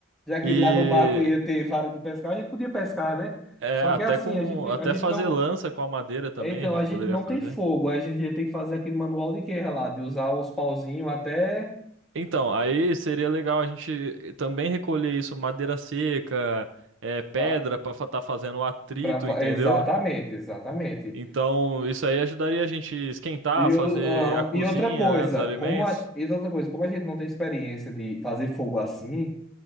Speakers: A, in the centre; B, on the right (about 75°).
A: Já que
B: E
A: lá no barco ia ter vara de pescar, a gente podia pescar, né?
B: é,
A: Só
B: até
A: que assim,
B: com
A: a gente,
B: até
A: a gente
B: fazer
A: não.
B: lança com a madeira também
A: é, Então,
B: a gente
A: a gente
B: poderia
A: não
B: fazer.
A: tem fogo, a gente ia ter que fazer aquele manual de guerra lá, de usar os pauzinhos até.
B: Então, aí seria legal a gente também recolher isso, madeira seca, é, pedra
A: ah,
B: para estar fazendo o atrito,
A: pra, fa-
B: entendeu?
A: exatamente, exatamente.
B: Então, isso aí ajudaria a gente esquentar,
A: E, eu-
B: fazer a
A: ah,
B: cozinha,
A: e outra coisa,
B: né, dos alimentos,
A: como a, e outra coisa, como a gente não tem experiência de fazer fogo assim,